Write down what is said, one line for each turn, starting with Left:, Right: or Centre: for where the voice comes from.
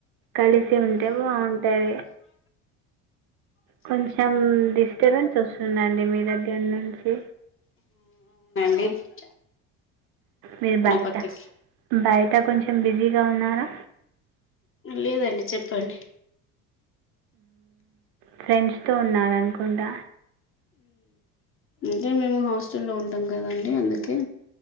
Right: కలిసి ఉంటే బాగుంటాది కొంచెం డిస్టబెన్స్ వస్తుందండి మీ దగ్గర అంచి
Left: ఇ
Right: మీరు బయట
Left: పక్కకి
Right: బయట కొంచెం బిజీగా ఉన్నారా
Left: లేదండి చెప్పండి
Right: ఫ్రెండ్స్ తో ఉన్న అనుకుంటా
Left: అంటే మేము హాస్టల్లో ఉంటాం కదండి అందుకే